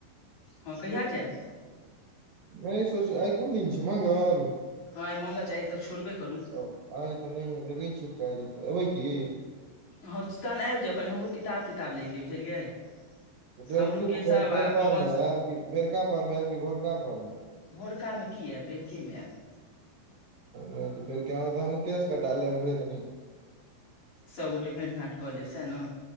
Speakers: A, on the left; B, on the right.
A: हँ कहिय
B: नहि सोच आइ कोन दिन छै मंगल
A: हँ आई मंगल चाही आई तऽ छोड़बे करू
B: तब आइ तऽ नहि है देखै छीयै काल्हि तऽ एबै की
A: हँ तहन आबि जाउ कनि हमरो किताब तिताब लैके बुझलियै
B: बेकर
A: हमरो केशव आ
B: पर
A: पवन
B: मे
A: सँ
B: आयब बेरकापर मे आयब कि भोरकाापर मे
A: भोरकामे की आयब बेरकेमे आयब
B: नहि तऽ फेर क्यता हम केश क <unintelligible> ाले उमरे कनी
A: स गोटे भेंट घांट कऽ लेब स ने